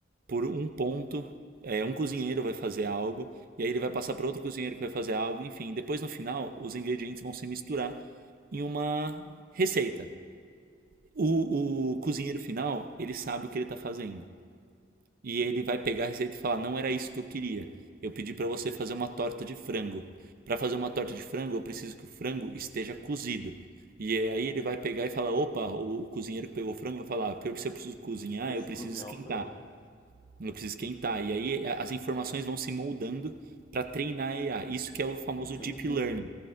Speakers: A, on the right; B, on the left.
A: por um ponto, é, um cozinheiro vai fazer algo, e aí ele vai passar para outro cozinheiro que vai fazer algo, enfim. Depois no final, os ingredientes vão se misturar em uma receita. O, o cozinheiro final, ele sabe o que ele está fazendo e ele vai pegar a receita e falar: "Não era isso que eu queria. Eu pedi para você fazer uma torta de frango. Para fazer uma torta de frango, eu preciso que o frango esteja cozido." E aí ele vai pegar e falar: "Opa, o cozinheiro que pegou o frango vai falar: "Pior que se eu preciso cozinhar,
B: Eles
A: eu preciso
B: cozinhar
A: esquentar."
B: o frango.
A: Eu preciso esquentar. E aí as informações vão se moldando para treinar a AI. Isso que é o famoso
B: Entendi.
A: deep learning.